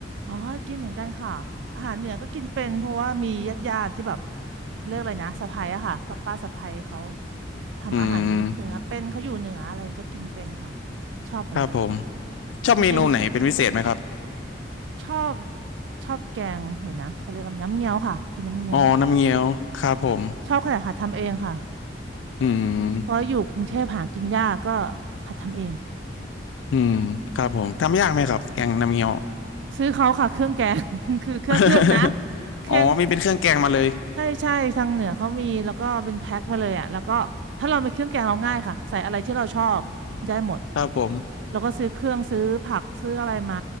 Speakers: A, on the right; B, on the left.
A: อ๋อกินเหมือนกันค่ะอาหารเหนือก็กินเป็นเพราะว่ามีญาติญาติที่แบบเขาเรียกอะไรนะสะใภ้อะค่ะป้าป้าสะใภ้เขาทำอาหารเหนือเป็นเขาอยู่เหนืออะไรก็กินเป็นค่ะ
B: อืม
A: ชอบเหมือนกัน
B: ครับผมชอบเมนูไหนเป็นพิเศษไหมครับ
A: จริงๆชอบชอบแกงเดี๋ยวนะเขาเรียกอะไรน้ำเงี้ยวค่ะ กินน้ำเงี้ยว
B: อ๋อน้ำเงี้ยวครับผม
A: ชอบขนาดหัดทำเองค่ะ
B: อืม
A: เพราะอยู่กรุงเทพหากินยากก็หัดทำเอง
B: อืมครับผมทำยากไหมครับแกงน้ำเงี้ยว
A: ซื้อเขาค่ะเครื่องแกง <laughs> คือเครื่องเครื่องนะ
B: <laughs>
A: เครื่อง
B: อ๋อมีเป็นเครื่องแกงมาเลย
A: ใช่ใช่ทางเหนือเขามีแล้วก็เป็นแพ็คมาเลยอ่ะแล้วก็ถ้าเราไปเครื่องแกงเราง่ายค่ะใส่อะไรที่เราชอบได้หมด
B: ครับผม
A: แล้วก็ซื้อเครื่องซื้อผักซื้ออะไรมา